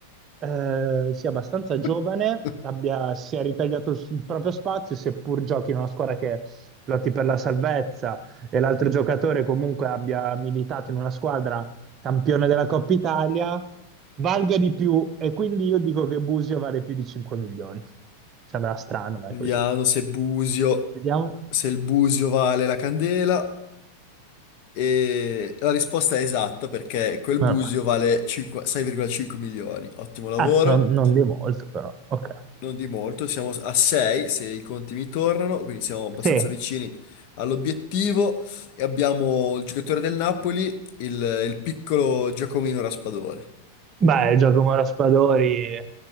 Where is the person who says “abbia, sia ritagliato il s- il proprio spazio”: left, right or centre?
Right